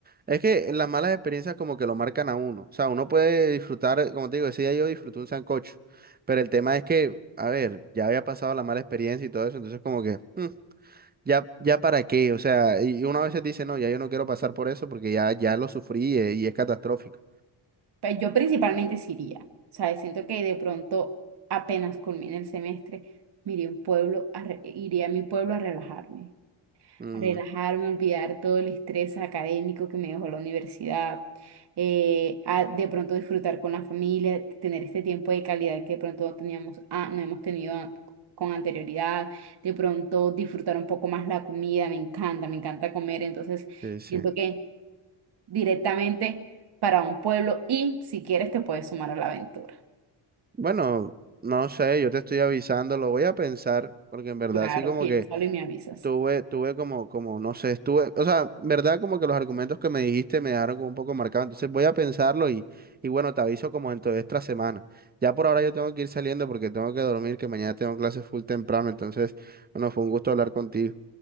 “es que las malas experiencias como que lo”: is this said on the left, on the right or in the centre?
Right